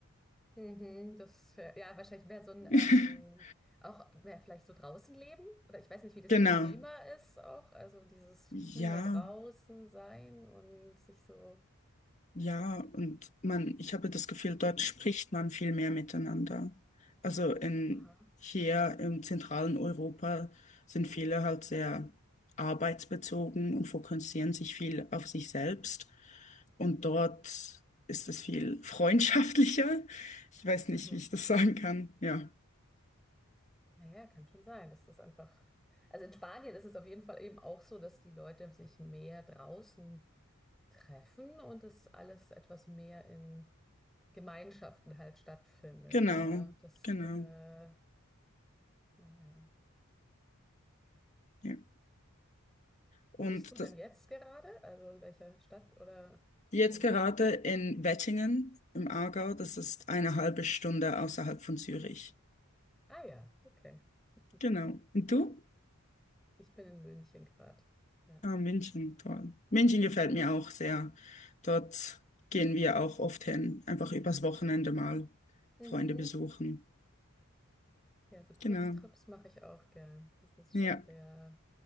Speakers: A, in the centre; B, on the left.
A: Mhm, das, wär- ja, wahrscheinlich wäre so ein,
B: <laughs>
A: ähm, auch mehr vielleicht so draußen leben. Oder ich weiß nicht, wie das
B: Genau.
A: vom Klima ist auch. Also dieses
B: Ja.
A: viel mehr draußen sein und sich so.
B: Ja, und man, ich habe das Gefühl, dort spricht man viel mehr miteinander. Also in,
A: Aha.
B: hier im zentralen Europa sind viele halt sehr arbeitsbezogen und fokussieren sich viel auf sich selbst. Und dort ist es viel <laughs> freundschaftlicher. Ich weiß nicht,
A: Mhm.
B: wie ich das sagen kann. Ja,
A: Naja, kann schon sein, dass das einfach. Also in Spanien ist es auf jeden Fall eben auch so, dass die Leute sich mehr draußen treffen und das alles etwas mehr in Gemeinschaften halt stattfindet.
B: genau,
A: Ja, das,
B: genau.
A: äh, naja.
B: Ja. Und
A: Wo bist du denn
B: das,
A: jetzt gerade? Also in welcher Stadt oder?
B: jetzt
A: Also,
B: gerade in Wettingen im Aargau, das ist eine halbe Stunde außerhalb von Zürich.
A: ah ja, okay. <laughs>
B: Genau. Und du?
A: Ich bin in München gerade. Ja.
B: Ah, München, toll. München gefällt
A: Schön.
B: mir auch sehr. Dort gehen wir auch oft hin, einfach übers Wochenende mal
A: Mhm.
B: Freunde besuchen.
A: Ja, so Kurztrips
B: Genau.
A: mache ich auch gern. Das ist
B: Ja.
A: schon sehr,